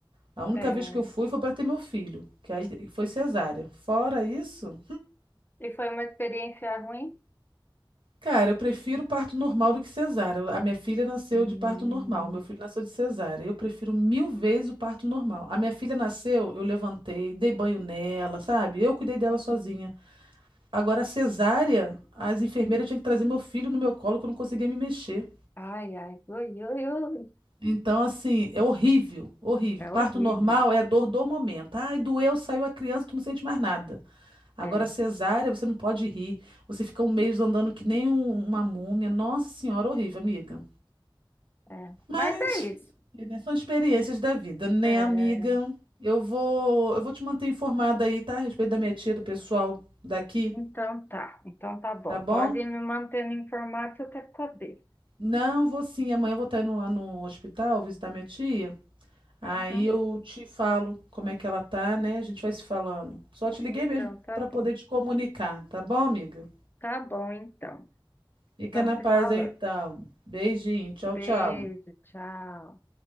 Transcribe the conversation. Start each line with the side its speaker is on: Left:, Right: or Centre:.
Right: A única
Left: É.
Right: vez que eu fui foi para ter meu filho, que aí foi cesárea. Fora isso,
Left: E foi uma experiência ruim?
Right: cara, eu prefiro parto normal do que cesárea. A minha filha nasceu
Left: Hum.
Right: de parto normal, meu filho nasceu de cesárea. Eu prefiro mil vezes o parto normal. A minha filha nasceu, eu levantei, dei banho nela, sabe? Eu cuidei dela
Left: Uhum.
Right: sozinha. Agora, a cesárea, as enfermeiras tinham que trazer meu filho no meu colo, que eu não conseguia me mexer.
Left: Ai, ai, ui, ui, ui.
Right: Então, assim, é horrível, horrível.
Left: É
Right: Parto
Left: horrível.
Right: normal é a dor do momento. Ai, doeu, saiu a criança, tu não sente mais nada. Agora,
Left: É,
Right: cesárea, você não pode rir. Você fica um mês andando que nem um- uma múmia. Nossa senhora, horrível, amiga.
Left: é.
Right: Mas,
Left: Mas é
Right: fazer
Left: isso.
Right: o quê, né? São experiências da vida, né,
Left: É,
Right: amiga? Eu vou, eu vou te manter informada aí, tá? A respeito da minha tia, do pessoal daqui,
Left: então tá, então tá bom.
Right: tá bom?
Left: Pode ir me mantendo informado que eu quero saber.
Right: Não, vou sim. Amanhã eu vou estar indo lá no hospital visitar minha tia. Aí
Left: Uhum.
Right: eu te falo como é que ela tá, né? A gente vai se falando. Só te liguei
Left: Então
Right: mesmo
Left: tá
Right: para poder
Left: bom.
Right: te comunicar, tá bom, amiga?
Left: Tá bom, então.
Right: Fica
Left: Vamos
Right: na paz
Left: se falando.
Right: aí, então. Beijinho, tchau,
Left: Beijo,
Right: tchau.
Left: tchau.